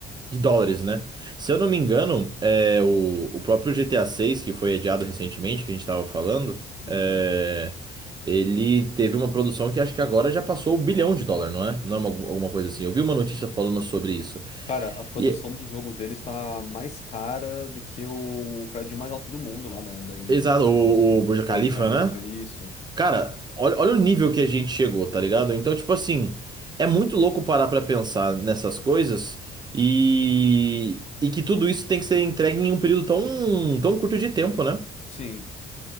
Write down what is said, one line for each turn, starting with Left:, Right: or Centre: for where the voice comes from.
Right: De dólares, né? Se eu não me engano, é, o, o próprio GTA VI que foi adiado recentemente, que a gente tava falando.
Left: Uhum.
Right: é, ele teve uma produção que acho que agora já passou o bilhão de dólar, não é? Não é uma- alguma coisa assim. Eu vi uma notícia falando sobre isso.
Left: Cara, a produção
Right: E,
Left: do jogo deles tá mais cara do que o prédio mais alto do mundo lá da, da Índia,
Right: exato,
Left: pra você
Right: o,
Left: ter uma noção.
Right: o Burj
Left: O Burj
Right: Khalifa,
Left: Khalifa,
Right: né?
Left: isso.
Right: Cara, olha, olha o nível que a gente chegou, tá ligado? Então, tipo assim, é muito louco parar pra pensar nessas coisas e, e que tudo isso tem que ser entregue em um período tão, tão curto de tempo, né?
Left: Sim.